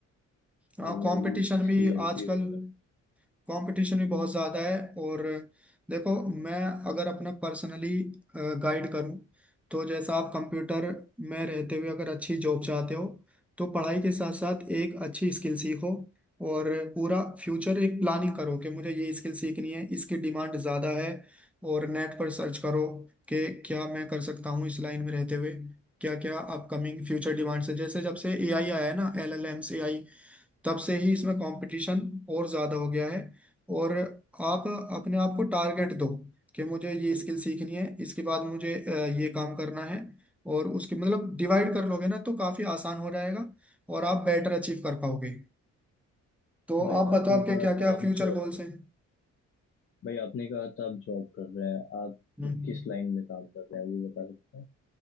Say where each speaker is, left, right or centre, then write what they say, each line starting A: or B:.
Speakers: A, in the centre; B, on the left.
A: हाँ
B: वही
A: कंपटीशन
B: थ्री
A: भी
B: ईयर
A: आजकल
B: पीरियड वगैरह
A: कंपटीशन भी बहुत ज़्यादा है और देखो मैं अगर अपना पर्सनली गाइड करूं तो जैसा आप कंप्यूटर में रहते हुए अगर अच्छी जॉब चाहते हो तो पढ़ाई के साथ साथ एक अच्छी स्किल सीखो और पूरा फ्यूचर एक प्लानिंग करो कि मुझे ये स्किल सीखनी है इसकी डिमांड ज़्यादा है और नेट पर सर्च करो कि क्या मैं कर सकता हूँ इस लाइन में रहते हुए क्या क्या अपकमिंग फ्यूचर डिमांड्स है जैसे जब से एआई आया है ना एलएलएम्स तब से ही इसमें कंपटीशन और ज़्यादा हो गया है और आप अपने आप को टारगेट दो कि मुझे ये स्किल सीखनी है इसके बाद मुझे अ, ये काम करना है और उसके मतलब डिवाइड कर लोगे ना तो काफ़ी आसान हो जाएगा और आप बेटर अचीव कर पाओगे तो
B: भाई
A: आप बताओ
B: आपने
A: आपके
B: कहा
A: क्या
B: था
A: क्या
B: आप
A: फ्यूचर
B: जॉब
A: गोल्स
B: कर
A: हैं
B: भाई आपने कहा था आप जॉब कर रहे हैं आप
A: हम्म,
B: किस लाइन में काम कर रहे हैं वो बता सकते